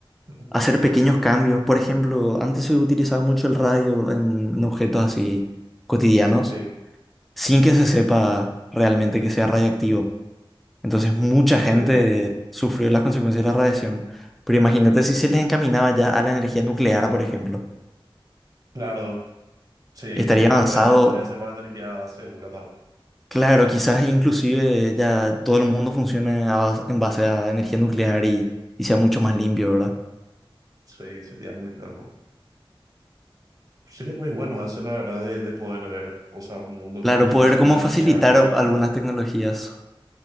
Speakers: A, on the right; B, in the centre.
A: <laughs>
B: hacer pequeños cambios. Por ejemplo, antes se utilizaba mucho el radio en en objetos así cotidianos.
A: Sí,
B: sin que se sepa realmente que sea radiactivo. Entonces mucha gente
A: cierto.
B: sufrió las consecuencias de la radiación. Pero imagínate si se les encaminaba ya a la energía nuclear, por ejemplo.
A: Claro, sí,
B: Estaría
A: que, que
B: avanzado,
A: las redes son podría ser para energía segura también.
B: claro, quizás inclusive ya todo el mundo funcione a bas- en base a energía nuclear y, y sea mucho más limpio, ¿verdad?
A: Sí, sería muy claro. Sería muy bueno eso, la verdad, de, de poder ver, o sea, un mundo
B: Claro,
A: que funcione
B: poder
A: así
B: como
A: con energía
B: facilitar
A: limpia y
B: algunas
A: renovable.
B: tecnologías.